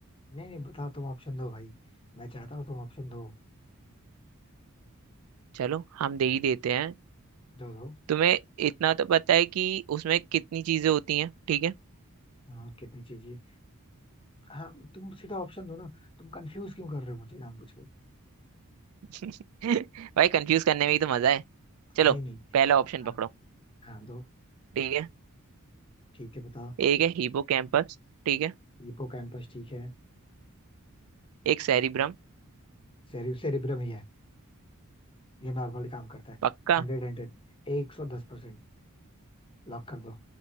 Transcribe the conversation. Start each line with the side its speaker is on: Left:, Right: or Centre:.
Left: नहीं नहीं बताओ तुम ऑप्शन दो भाई मैं चाहता हूँ तुम ऑप्शन दो
Right: चलो हम दे ही देते हैं
Left: दो दो
Right: तुम्हें इतना तो पता है कि उसमें कितनी चीजें होती हैं ठीक है
Left: हाँ कितनी चीजें हाँ तुम सीधा ऑप्शन दो ना तुम कंफ्यूज क्यों कर रहे हो मुझे जानबूझ के
Right: <laughs> भाई कंफ्यूज करने में ही तो मजा है चलो
Left: नहीं नहीं
Right: पहला ऑप्शन
Left: हाँ
Right: पकड़ो
Left: हाँ दो
Right: ठीक है
Left: ठीक है बताओ
Right: एक है हिपोकैम्पस ठीक है।
Left: हिपोकैम्पस ठीक है
Right: एक सेरिब्रम
Left: सेरिब सेरिब्रम ही है ये नॉर्मली काम करता है
Right: पक्का
Left: Hundred hundred एक सौ दस परसेंट लॉक कर दो